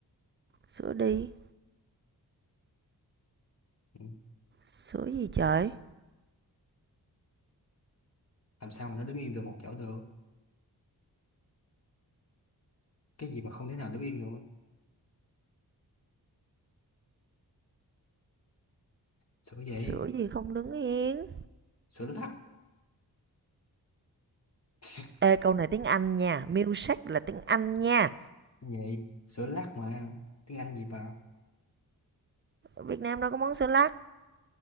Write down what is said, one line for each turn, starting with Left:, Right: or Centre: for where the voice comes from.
Right: Sữa đi.
Left: Ừ,
Right: Sữa gì trời?
Left: làm sao mà nó đứng yên được một chỗ được cái gì mà không thể nào đứng yên được sữa gì
Right: Sữa gì không đứng yên?
Left: sữa lắc <laughs>
Right: Ê, câu này tiếng Anh nha. Milkshake là tiếng Anh nha.
Left: vậy sữa lắc mà tiếng Anh gì bà
Right: Ở Việt Nam đâu có món sữa lắc.